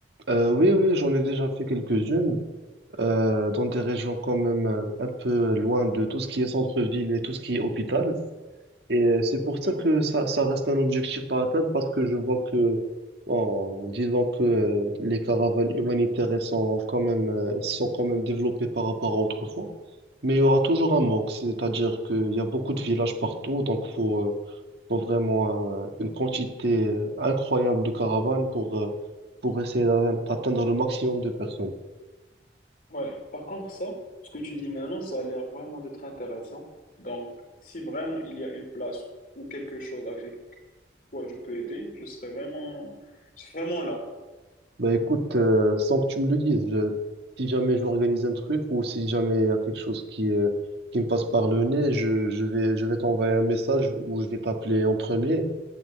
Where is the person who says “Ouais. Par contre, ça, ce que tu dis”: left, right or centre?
Left